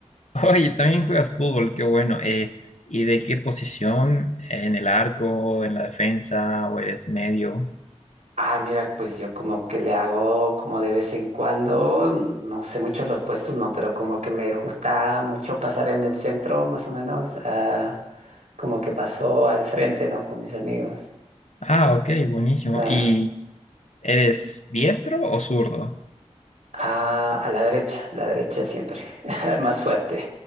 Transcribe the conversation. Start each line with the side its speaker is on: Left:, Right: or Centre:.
Left: <laughs> Oye, también juegas fútbol, qué bueno. Eh, ¿y de qué posición? ¿En el arco, en la defensa o eres medio?
Right: Ah, mira, pues yo como que le hago como de vez en cuando, n- no sé mucho los puestos, no, pero como que me gusta mucho pasar en el centro, más o menos, ah, como que paso al frente, ¿no? Con mis amigos,
Left: Ah, ok, buenísimo.
Right: claro.
Left: ¿Y eres diestro o zurdo?
Right: Ah, a la derecha, la derecha siempre, <laughs> más fuerte.